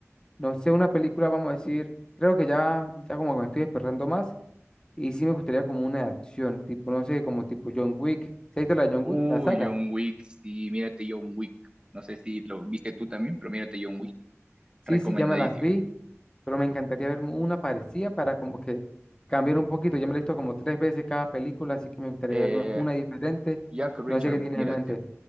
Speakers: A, on the left (about 15°); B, on the right (about 20°).
A: no sé, una película, vamos a decir, creo que ya, ya como que me estoy despertando más, y sí me gustaría como una de acción, tipo, no sé, como tipo John Wick. ¿Se ha visto la de John
B: Uy,
A: Wick, la saga?
B: John Wick, sí, mírate John Wick. No sé si lo viste tú también, pero mírate John Wick.
A: Sí,
B: Recomendadísimo.
A: sí, ya me las vi pero me encantaría ver una parecida para como que cambiar un poquito. Ya me la he visto como tres veces cada película, así que me gustaría
B: Eh,
A: verme una diferente.
B: Jack Richard,
A: No sé qué tienes
B: mírate.
A: en mente.